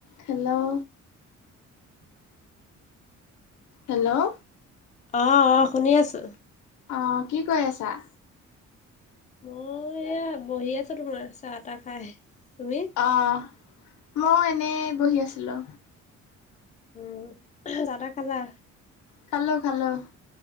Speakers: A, on the left (about 70°); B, on the left (about 25°).
A: হেল্ল' হেল্ল'
B: অ অ', শুনি আছো।
A: অ', কি কৰি আছা?
B: মই এয়া বহি আছো তোমাৰ চাহ- তাহ খাই, তুমি?
A: অঁ, মইও এনে বহি আছিলো।
B: উম, চাহ -তাহ খালা?
A: খালোঁ খালোঁ,